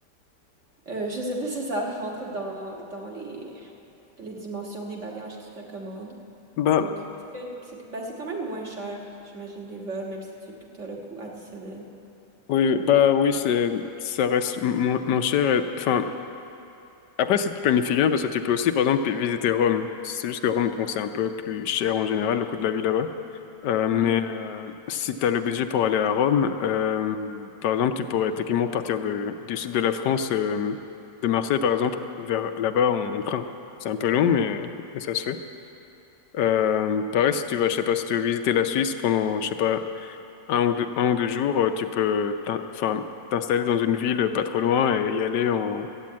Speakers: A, on the right; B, on the left.
A: euh, je sais pas <laughs> si ça rentre dans, dans les, les dimensions des bagages qu'ils recommandent.
B: Bah,
A: Donc, est-ce que c'est ben, c'est quand même moins cher, j'imagine, les vols, même si tu as le coût additionnel.
B: oui, bah oui, c'est, ça reste mo- moins cher. et- Enfin, après, si tu planifies bien, parce que tu peux aussi, par exemple, visiter Rome. C'est juste que Rome, bon, c'est un peu plus cher en général, le coût de la vie là-bas. Euh, mais
A: Mhm.
B: euh, si tu as le budget pour aller à Rome, euh, par exemple, tu pourrais techniquement partir de, du sud de la France, euh, de Marseille par exemple, vers là-bas en, en train. C'est un peu long, mais, mais ça se fait. Euh, pareil, si tu vas, je sais pas, si tu veux visiter la Suisse pendant, je sais pas, un ou deux, un ou deux jours, euh, tu peux t'in- enfin, t'installer dans une ville pas trop loin et y aller en,